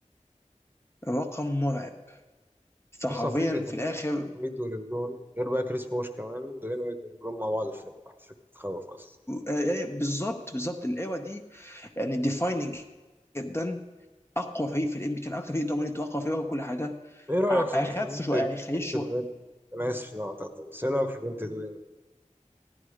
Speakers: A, on the left; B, on the right.
A: رقم مرعب فحرفيا
B: اصلا فكره
A: في
B: ان
A: الاخر
B: ميد وليبرون غير بقى كريس بوش كمان دوين ويد وليبرون مع بعض في الفريق واحد، فكره تخوف اصلا
A: آه، بالظبط بالظبط الايرا دي يعني ديفايننج جدا اقوى فريق في الام بي كان اكتر فريق دومينيت واقوى فريق وكل حاجه
B: ايه رايك
A: ع-
B: صحيح
A: اخف
B: في بنت
A: شويه يعني خليش
B: بنت
A: شويه
B: دوين انا اسف ان انا قطعتك بس ايه رايك في بنت دوين ويد؟